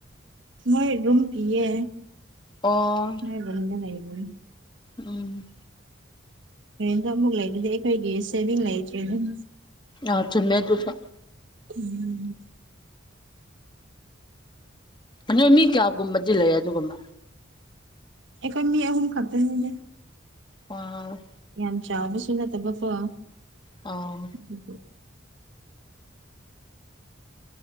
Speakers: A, on the right (about 65°); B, on the left (about 25°).
A: ꯃꯣꯏ ꯔꯨꯝ ꯄꯤꯌꯦ
B: ꯑꯣ
A: ꯕꯒ ꯂꯩꯕ
B: ꯎꯝ
A: ꯍꯣꯔꯦꯟꯗꯣ ꯑꯃꯨꯛ ꯂꯩꯕꯗꯤ ꯑꯩꯈꯣꯏꯒꯤ ꯁꯦꯚꯤꯡ ꯂꯩꯇ꯭ꯔꯦ ꯑꯗꯨꯝ
B: ꯑꯥꯎ ꯆꯨꯝꯃꯦ ꯑꯗꯨꯁꯨ
A: ꯎꯝ
B: ꯑꯗꯣ ꯃꯤ ꯀꯌꯥꯒꯨꯝꯕꯗꯤ ꯂꯩ ꯑꯗꯨꯒꯨꯝꯕ
A: ꯑꯩꯈꯣꯏ ꯃꯤ ꯑꯍꯨꯝ ꯈꯛꯇꯅꯤꯗ
B: ꯑ
A: ꯌꯥꯝ ꯆꯥꯎꯕꯁꯨ ꯅꯠꯇꯕ ꯕꯀꯣ
B: ꯑꯥꯎ
A: ꯎ ꯍ <inaudible>